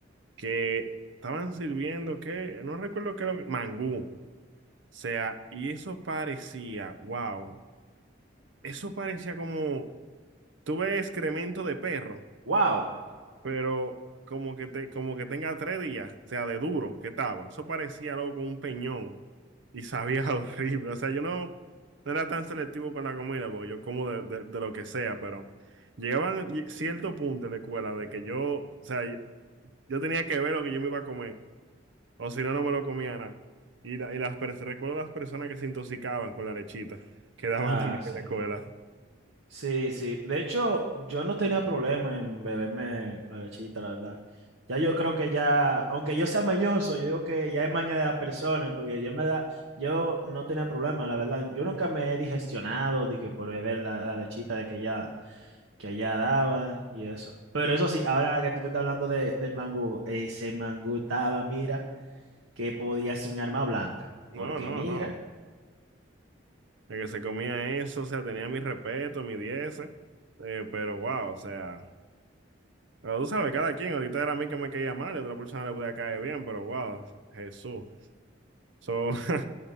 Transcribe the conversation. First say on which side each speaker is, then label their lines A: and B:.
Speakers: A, on the right; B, on the right.
A: que estaban sirviendo, que no recuerdo qué era lo que. Mangú. O sea, y eso parecía, wow, eso parecía como. Tuve excremento de perro
B: ¡Wow!
A: pero como que, te, como que tenga tres días, o sea, de duro que estaba. Eso parecía loco un peñón y sabía <laughs> horrible. O sea, yo no, no era tan selectivo con la comida porque yo como de, de- de lo que sea, pero llegaban lle- cierto punto en la escuela de que yo, o sea, yo, yo tenía que ver lo que yo me iba a comer, o si no, no me lo comía nada. Y, la- y las pers- recuerdo las personas que se intoxicaban con la lechita que daban
B: Ah,
A: <laughs> también
B: sí.
A: en la escuela.
B: Sí, sí. De hecho, yo no tenía problema en beberme la lechita, la verdad. Ya yo creo que ya, aunque yo sea mañoso, yo digo que ya es maña de la persona, porque yo en verdad, yo no tenía problema, la verdad. Yo nunca me he digestionado de que por beber la, la lechita de que ya, que allá daban y eso. Pero eso sí, ahora que tú me estás hablando de- del mangú, ese mangú estaba, mira, que podía ser un arma blanca.
A: No,
B: Porque
A: no,
B: mira.
A: no. El que se comía eso, o sea, tenía mi respeto, mi 10, eh, pero wow, o sea, pero tú sabes, cada quien, ahorita era a mí que me caía mal y a otra persona le podía caer bien, pero wow, Jesús. So, <laughs>